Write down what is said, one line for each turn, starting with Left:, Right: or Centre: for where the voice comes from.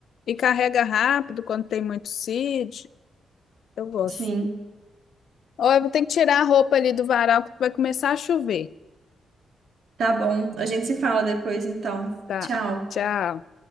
Left: E carrega rápido quando tem muito seed. Eu gosto.
Right: Sim,
Left: Ó, eu vou ter que tirar a roupa ali do varal que vai começar a chover.
Right: tá bom. A gente se fala depois, então.
Left: Tá.
Right: Tchau.
Left: Tchau.